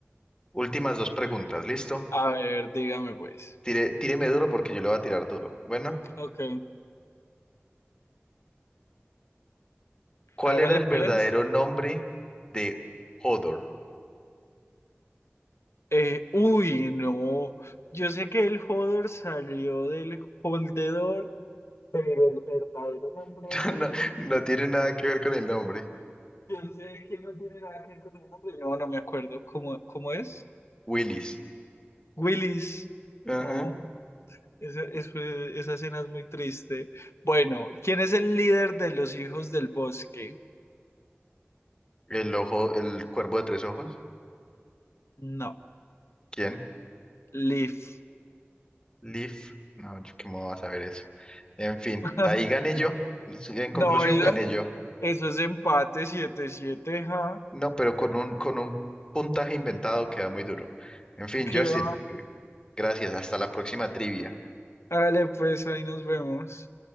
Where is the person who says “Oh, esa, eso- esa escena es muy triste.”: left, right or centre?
Left